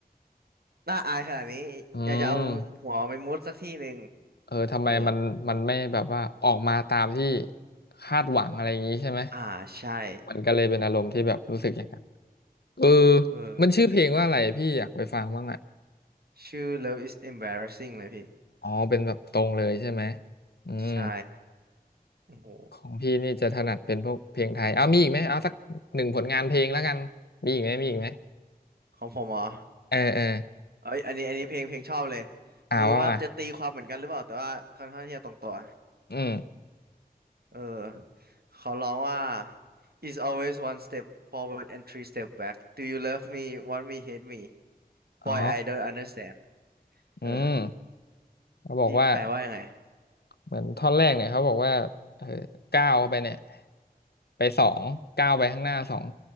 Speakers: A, on the right; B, on the left.
A: น่าอายขนาดนี้อยากจะเอาหัวไปมุดสักที่หนึ่ง
B: อืมเออทำไมมันมันไม่แบบว่าออกมาตามที่
A: เออ
B: คาดหวังอะไรอย่างนี้ใช่ไหม
A: อ่าใช่
B: มันก็เลยเป็นอารมณ์ที่แบบรู้สึกอย่างนั้นเออ
A: เออ
B: มันชื่อเพลงว่าอะไรพี่อยากไปฟังบ้างอ่ะ
A: ชื่อ Love is embarrassing เลยพี่
B: อ๋อเป็นแบบตรงเลยใช่ไหมอืม
A: ใช่โอ้โห
B: ของพี่นี่จะถนัดเป็นพวกเพลงไทยเอามีอีกไหมเอาสักหนึ่งผลงานเพลงแล้วกันมีอีกไหมมีอีกไหม
A: เฮ้ยของผมเหรอ
B: เออเออ
A: เอ้ยอันนี้ อันนี้เพลงเพลงชอบเลย
B: อ่าว่ามา
A: ไม่รู้ว่าจะตีความเหมือนกันหรือเปล่า แต่ว่าค่อนข้างที่จะตรงตัว
B: อืม
A: เออเขาร้องว่า is always one step forward and three step back do you love me want me hate me
B: อ๋อ
A: boy I don't understand เออ
B: อืมเขาบอกว่า
A: พี่แปลว่ายังไง
B: เหมือนท่อนแรกเนี่ยเขาบอกว่าเออก้าวเขาไปเนี่ยไปสองก้าวไปข้างหน้าสอง